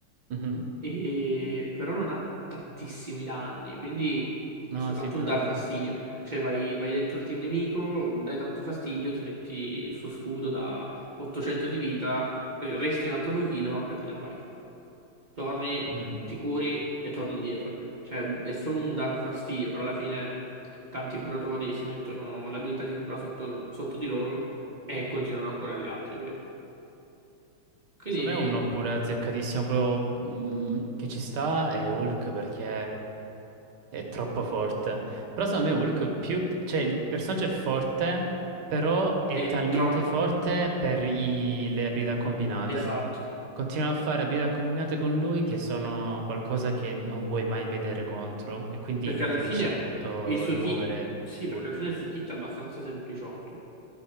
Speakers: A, on the right; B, on the right.
A: mhm.
B: e- però non ha tantissimi danni, quindi è
A: No,
B: soltanto
A: sì, quello
B: un dar
A: no.
B: fastidio. Cioè vai, vai dentro il team nemico, dai tanto fastidio, ti metti il suo scudo da 800 di vita, resti un altro pochino e poi te ne vai torni,
A: Mhm.
B: ti curi e torni indietro. Cioè, è solo un dar fastidio, però alla fine tanti curatori si mettono l'abilità di cura sotto, sotto di loro e continuano a curare gli altri, via. Quindi
A: Secondo me uno pure azzeccatissimo proprio mm, che ci sta è Hulk perché è troppo forte. Però secondo me Hulk più... cioè il personaggio è forte, però è
B: è
A: talmente
B: troppo
A: forte per i- le abilità combinate.
B: esatto,
A: Continuano a fare abilità combinate con lui che sono qualcosa che non vuoi mai vedere contro e quindi
B: perché
A: preferisci
B: alla fine
A: appunto
B: il suo
A: rimuovere
B: kit, sì, perché
A: Hulk.
B: alla fine il suo kit è abbastanza sempliciotto.